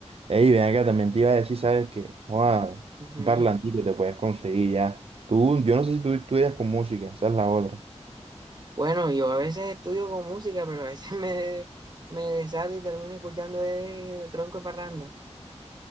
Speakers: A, on the right; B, on the right.
A: ey, ven acá, también te iba a decir, ¿sabes qué? Joa,
B: Ujú.
A: un parlantico te puedes conseguir ya. Tú, yo no sé si tú estudias con música, esa es la otra.
B: Bueno, yo a veces estudio con música, pero a veces <laughs> me, me desato y termino escuchando eh, tronco de parranda.